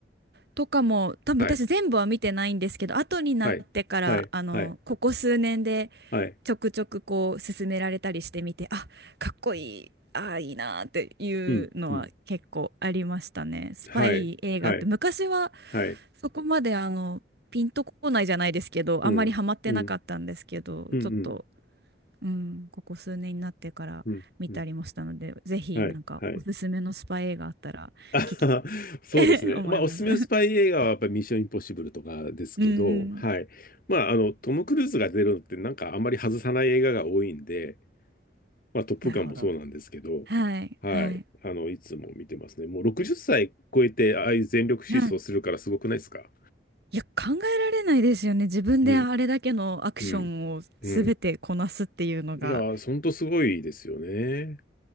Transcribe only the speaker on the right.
とかも、多分私全部は見てないんですけど、
後になってから、
あの、
ここ数年で
ちょくちょくこう勧められたりしてみて、あ、かっこいい、あいいなーっていうのは結構ありましたね。
スパイ映画って昔は
そこまであのピンとこないじゃないですけど、
あんまりハマってなかったんですけど、
ちょっと、うん、ここ数年になってから見たりもしたので、
ぜひなんかおすすめのスパイ映画あったら聞きたい
<laughs> 思います。
うんうん。
なるほど。はい、
はい。
はいいや、考えられないですよね。自分であれだけのアクションを全てこなすっていうのが、